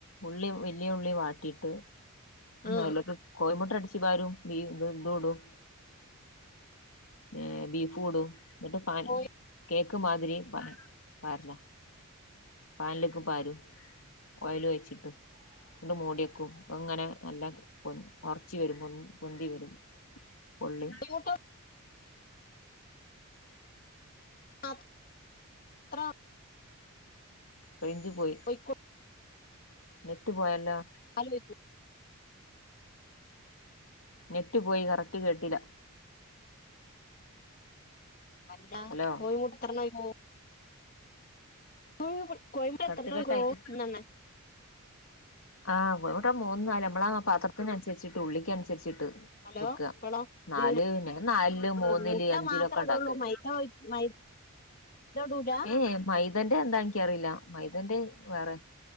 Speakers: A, on the left; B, on the left.
A: ഉള്ളി വല്യ ഉള്ളി വാട്ടിയിട്ട്
B: ആ
A: അയ്ലേക്ക് കോയ്മുട്ട അട്ച്ച് പാരും ഇ ഇത് ഇടും ഏഹ് ബീഫുടും. ന്നിട്ട് പാ
B: കോഴി
A: കേക്ക് മാതിരി പാ പാര്ല്ല പാൻലേക്ക് പാരും ഓയ്ല് ഒഴിച്ചിട്ട് ണ്ട് മൂടിയെക്കും. അങ്ങനെ നല്ല പൊ ഒർച്ച് വരും പൊന് പൊന്തി വരും പൊള്ളി
B: <unintelligible> അത്ര
A: റെയ്ഞ്ച് പോയി
B: ഒഴിക്കുള്ളൂ
A: നെറ്റ് പോയല്ലോ
B: <inaudible>
A: നെറ്റ് പോയി കറക്റ്റ് കേട്ടില്ല
B: അല്ലാ
A: ഹലോ
B: കോഴിമുട്ട എത്രണ്ണം അയ് പോവും <unintelligible>
A: കട്ട് കട്ടായിട്ട് ആഹ് കോഴിമുട്ട മൂന്ന് നാല് നമ്മള ആ പാത്രത്തിനൻസര്ച്ചിട്ട് ഉള്ളിക്ക് അൻസര്ച്ചിട്ട്
B: ഹലോ
A: വെക്കുക.
B: ഇപ്പളോ
A: നമ്മൾ
B: ഇത്
A: നാലില്, മൂന്നില്
B: മുട്ട
A: അഞ്ചിലൊക്കെ
B: മാത്രം
A: ഉണ്ടാക്കണ്ട്.
B: <unintelligible> ഇടൂല
A: ഏ മൈദന്റെ എന്താ എനിക്കറിയില്ല. മൈദന്റെ വേറെ